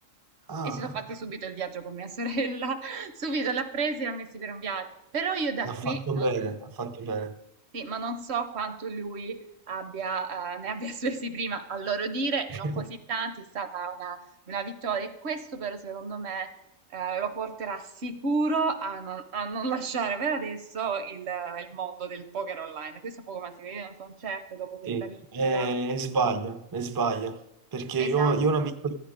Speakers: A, on the right (about 35°); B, on the right (about 55°).
A: ah,
B: e si sono fatti subito il viaggio con mia sorella, <laughs> subito l'ha preso e l'ha messi per un viaggio. Però io da
A: l'ha fatto
B: qui non
A: bene,
B: so.
A: ha fatto bene.
B: Sì, ma non so quanto lui abbia, eh, ne abbia <laughs> spesi prima, a loro dire,
A: <laughs>
B: non così tanti, è stata una, una vittoria e questo però secondo me eh, lo porterà sicuro a non, a non lasciare per adesso il, il mondo del poker online. Questo è poco ma sicuro, io non sono certa dopo questa
A: Sì,
B: vincita.
A: eh, e sbaglia, e sbaglia, perché
B: Esatto.
A: io, io ho un amico,